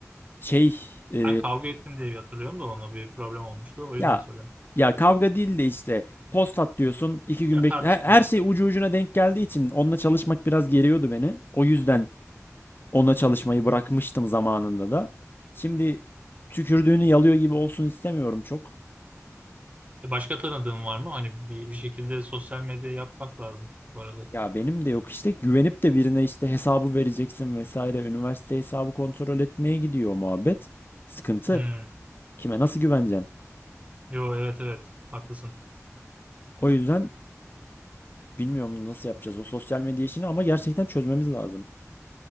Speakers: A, on the left; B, on the right.
A: şey e,
B: Sen kavga ettin diye hatırlıyorum da ona bir problem olmuştu. O yüzden
A: ya
B: soruyorum.
A: ya kavga değil de işte post at diyorsun iki gün
B: Ya
A: bekle.
B: tartışma.
A: Her, her şey ucu ucuna denk geldiği için onunla çalışmak biraz geriyordu beni. O yüzden ona çalışmayı bırakmıştım zamanında da. Şimdi tükürdüğünü yalıyor gibi olsun istemiyorum çok.
B: E, Başka tanıdığın var mı? Hani bir, bir şekilde sosyal medya yapmak lazım bu arada.
A: Ya benim de yok işte güvenip de birine işte hesabı vereceksin vesaire. Üniversite hesabı kontrol etmeye gidiyor muhabbet. Sıkıntı.
B: Hmm.
A: Kime nasıl güveneceksin?
B: Yo evet evet haklısın.
A: O yüzden Bilmiyorum nasıl yapacağız o sosyal medya işini ama gerçekten çözmemiz lazım.